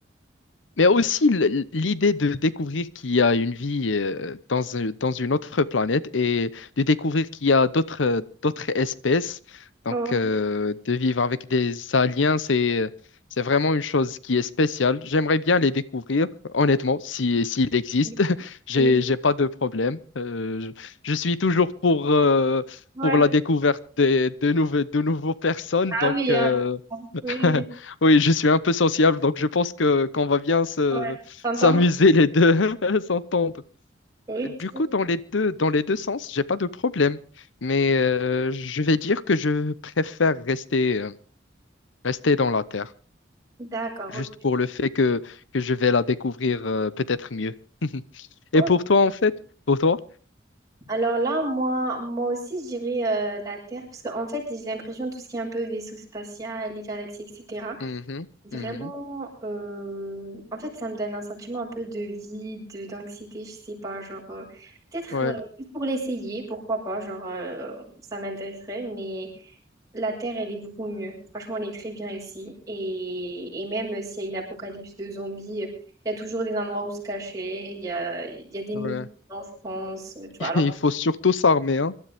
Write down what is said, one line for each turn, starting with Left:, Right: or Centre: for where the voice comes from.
Left: Mais aussi l- l'idée de découvrir qu'il y a une vie euh, dans, un- dans une autre planète et de découvrir qu'il y a d'autres euh, d'autres espèces. Donc,
Right: ouais,
Left: euh, de vivre avec des aliens, c'est c'est vraiment une chose qui est spéciale. J'aimerais bien les découvrir, honnêtement, si s'ils existent.
Right: oui,
Left: <laughs> J'ai
Right: oui.
Left: j'ai pas de problème. Euh, je, je suis toujours pour euh,
Right: ouais.
Left: pour la découverte des- de nouveaux de nouveaux personnes.
Right: Ah
Left: Donc,
Right: oui,
Left: euh,
Right: ah, oui.
Left: <laughs>
Right: oui,
Left: Oui, je suis un peu sociable, donc je pense que qu'on va bien se
Right: Ouais. S'entendre?
Left: s'amuser les deux, <laughs> s'entendre.
Right: Ok,
Left: Du coup, dans les deux, dans les deux sens, j'ai pas de problème, mais euh, je vais dire que je préfère rester euh, rester dans la terre,
Right: d'accord,
Left: juste
Right: ok.
Left: pour le fait que que je vais la découvrir euh, peut-être mieux. <laughs>
Right: Oh,
Left: Et pour toi, en fait, pour toi?
Right: Alors là, moi, moi aussi, je dirais euh, la Terre, parce qu'en fait, j'ai l'impression tout ce qui est un peu vaisseau spatial, les galaxies, etc.
Left: Mhm,
Right: Vraiment,
Left: mhm,
Right: euh, en fait, ça me donne un sentiment un peu de vide, de- d'anxiété, je sais pas, genre, euh, peut-être
Left: ouais,
Right: euh, juste pour l'essayer, pourquoi pas, genre, euh, ça m'intéresserait, mais la Terre, elle est beaucoup mieux. Franchement, elle est très bien ici. Et, et même euh, s'il y a une apocalypse de zombies, euh, il y a toujours des endroits où se cacher, il y a, il y a des
Left: ouais.
Right: musées en France, euh, tu vois.
Left: <laughs>
Right: Alors,
Left: Il faut surtout s'armer, hein.